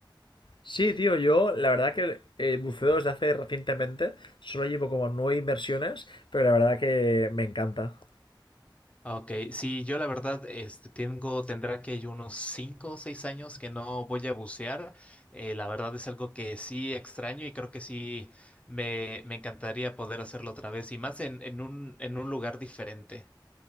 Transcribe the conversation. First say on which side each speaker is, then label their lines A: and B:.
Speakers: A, on the left (about 75°); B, on the left (about 15°).
A: Sí, tío, yo la verdad que eh, buceo desde hace recientemente, solo llevo como nueve inversiones, pero la verdad que me encanta.
B: Ok, sí, yo la verdad este, tengo, tendrá que yo unos 5, o 6 años que no voy a bucear. Eh, la verdad es algo que sí extraño y creo que sí me, me encantaría poder hacerlo otra vez y más en, en un, en un lugar diferente.